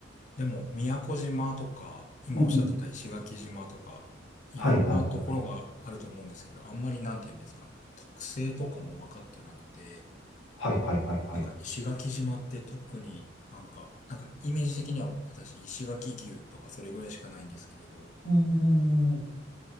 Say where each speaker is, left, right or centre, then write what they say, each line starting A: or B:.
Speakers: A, on the left; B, on the left.
A: でも宮古島とか、今おっしゃってた石垣島とか、
B: うんうん
A: いろんなところがあると思うんですけど、
B: はいはいはいはい。
A: あんまりなんて言うんですかね、特性とかも分かってなくて、
B: はいはいはいはい。
A: なんか石垣島って特になんか、なんかイメージ的には私石垣牛とかそれぐらいしかないんですけれど。
B: うんうんうん